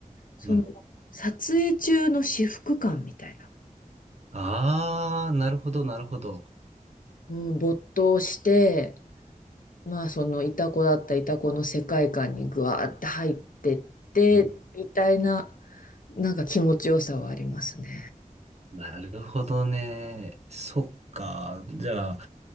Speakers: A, on the left; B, on the right.
A: その、
B: うん。
A: 撮影中の至福感みたいな。
B: あー、なるほど、なるほど。
A: うん、没頭して、まあそのイタコだったイタコの世界観にぐわーって入ってってみたいな
B: うん、
A: なんか気持ちよさはありますね。
B: なるほどね。そっか。じゃあ、